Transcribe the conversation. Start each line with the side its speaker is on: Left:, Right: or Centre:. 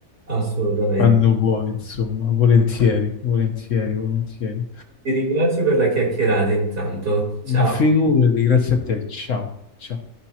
Right: assolutamente.
Left: quando vuoi, insomma, volentieri, volentieri, volentieri.
Right: Ti ringrazio per la chiacchierata intanto. Ciao.
Left: Ma figurati, grazie a te, ciao, ciao.